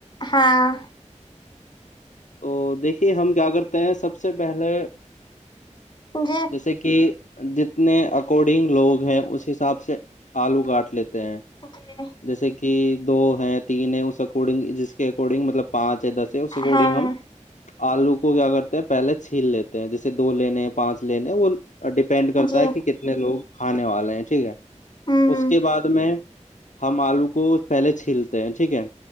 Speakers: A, on the left (about 35°); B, on the left (about 75°).
A: ہاں <unintelligible>
B: تو دیکھیے ہم کیا کرتے ہیں سب سے <unintelligible> پہلے
A: جی
B: جیسے کہ جتنے اکارڈنگ لوگ ہیں اس حساب سے آلو گاٹ لی ہیں
A: جی
B: جیسے کہ <unintelligible> کہ دو ہے تین ہے اس اکڈنگ جس کے اکارڈنگ مطلب پانچ <unintelligible> س ا اس اکارڈنگ
A: ہاں
B: ہم <unintelligible> آلو کو کیا کرتے ہیں پہلے چھیل لیتے ہیں جیسے دو لینے پانچ لینے وہ ڈیپینڈ کرتا
A: جی
B: ہے کہ کتنے لوگ کھانے والے ہیں ٹھیک ہے
A: ہوں ہ
B: اس کے بعد میں <unintelligible> ہم آلو کو پہلے چھیلتے ہیں ٹھیک ہے